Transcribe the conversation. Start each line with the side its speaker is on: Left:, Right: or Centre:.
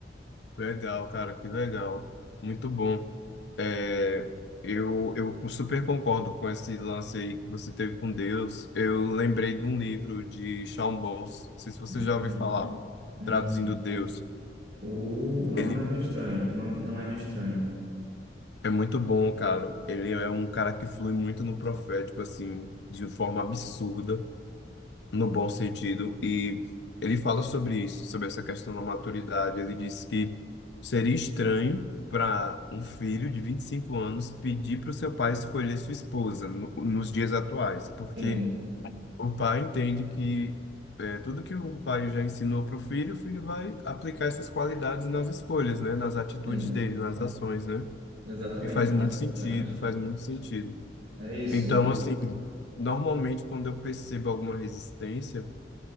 Left: Legal, cara, que legal. Muito bom. É, eu, eu super concordo com esse lance aí que você teve com Deus. Eu lembrei de um livro de Shawn Bowles, não sei se você
Right: Uhum.
Left: já ouviu falar,
Right: Hum,
Left: traduzindo Deus.
Right: o, o nome
Left: Ele
Right: não é meio estranho, não, é- não é meio estranho.
Left: é muito bom, cara. Ele é um cara que flui muito no profético, assim, de forma absurda. no bom sentido, e ele fala sobre isso, sobre essa questão da maturidade. Ele diz que seria estranho para um filho de 25 anos pedir para o seu pai escolher sua esposa no, nos dias atuais, porque
Right: Sim,
Left: o pai entende que é, tudo que o pai já ensinou para o filho, o filho vai aplicar essas qualidades nas escolhas, né, nas atitudes
Right: sim,
Left: dele, nas ações, né?
Right: exatamente,
Left: E faz muito sentido,
Right: exatamente.
Left: faz muito sentido.
Right: É isso.
Left: Então,
Right: e-
Left: assim, normalmente quando eu percebo alguma resistência,